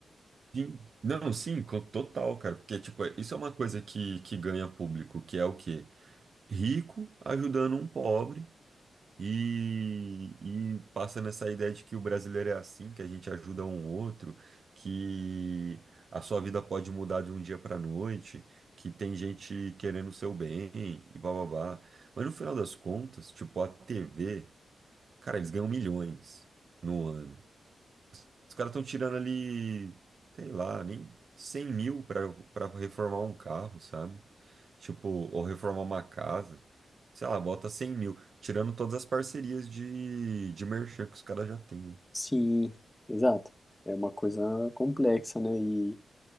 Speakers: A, on the right; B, on the left.
A: Sim. Não, sim, co- total, cara. Porque, tipo, isso é uma coisa que, que ganha público, que é o quê? Rico ajudando um pobre E, e passa nessa ideia de que o brasileiro é assim, que a gente ajuda um outro, que a sua vida pode mudar de um dia para noite, que tem gente querendo o seu bem e bababá. Mas no final das contas, tipo, a TV, cara, eles ganham milhões no ano. Os caras estão tirando ali, sei lá, nem 100 mil pra, pra reformar um carro, sabe? Tipo, ou reformar uma casa. Sei lá, bota 100 mil. Tirando todas as parcerias de, de merchan que os caras já têm.
B: Sim, exato. É uma coisa complexa, né? E